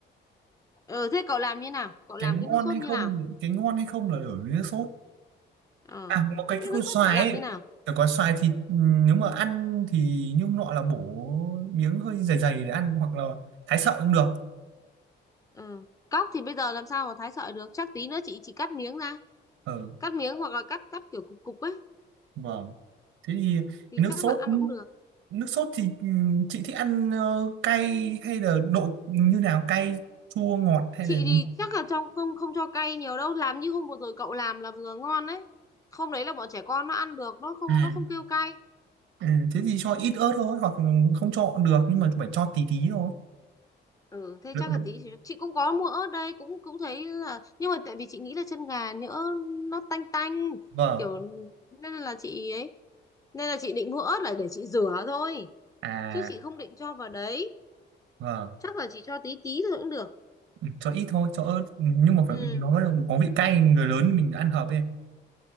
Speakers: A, on the left; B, on the right.
A: ừ thế cậu làm như nào cậu làm
B: cái ngon
A: cái nước sốt
B: hay
A: như
B: không
A: nào
B: cái ngon hay không là ở nước sốt
A: ờ
B: à một cái cái
A: thế
B: con
A: nước
B: xoài
A: sốt cậu làm như
B: ấy
A: nào
B: phải có xoài thì ừm, nếu mà ăn thì nhung nọ là bổ miếng hơi dày dày để ăn hoặc là thái sợi cũng được
A: ừ cóc thì bây giờ làm sao mà thái sợi được chắc tí nữa chị chị cắt miếng ra
B: ờ
A: cắt miếng hoặc là cắt cắt kiểu cục cục ấy
B: vâng thế thì
A: thì
B: cái nước
A: chắc
B: sốt
A: là ăn cũng được
B: nước sốt thì ừm, chị thích ăn ờ, cay hay là độ như nào cay chua ngọt hay
A: chị
B: là
A: thì chắc là trong không không cho cay nhiều đâu làm như hôm vừa rồi cậu làm là vừa ngon đấy hôm đấy là bọn trẻ con nó ăn được nó không
B: à
A: nó không kêu cay
B: ừ, thế thì cho ít ớt thôi hoặc không cho được nhưng mà phải cho tí tí thôi
A: Ừ, thế
B: lượng
A: chắc là
B: độ
A: tí chị, chị cũng có mua ớt đây cũng cũng thấy là nhưng mà tại vì chị nghĩ là chân gà nhỡ nó tanh tanh
B: vâng
A: kiểu nên là chị ấy nên là chị định mua ớt là để chị rửa thôi
B: à
A: chứ chị không định cho vào đấy
B: vâng
A: chắc là chị cho tí tí thôi cũng được
B: Ừ, cho ít thôi cho ớt Ừ, nhưng mà phải
A: ừ.
B: nó là có vị cay người lớn mình ăn hợp ấy